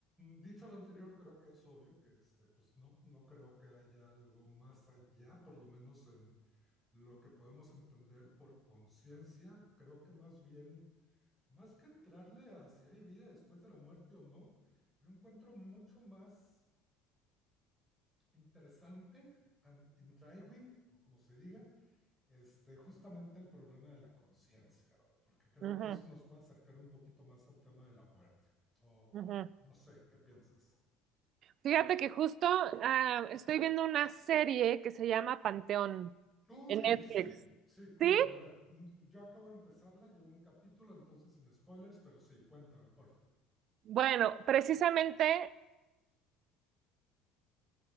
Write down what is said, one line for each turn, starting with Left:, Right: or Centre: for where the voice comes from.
Centre: dicho lo anterior, creo que es obvio que este, pues no, no creo que haya algo más allá, por lo menos en lo que podemos entender por conciencia. Creo que más bien, más que entrarle a si hay vida después de la muerte o no, yo encuentro mucho más interesante, and intriguing, o como se diga, este, justamente el problema de la conciencia, porque creo
Right: Ujú,
Centre: que eso nos puede acercar un poquito más al tema de la muerte. O
Right: ujú.
Centre: no sé, ¿qué piensas?
Right: Fíjate que justo ah, estoy viendo una serie que se llama Panteón
Centre: Uy,
Right: en Netflix.
Centre: sí, sí, cuéntame,
Right: ¿Sí?
Centre: a ver. Yo acabo de empezarla, llevo un capítulo, entonces sin spoilers, pero sí, cuéntame, porfa.
Right: Bueno, precisamente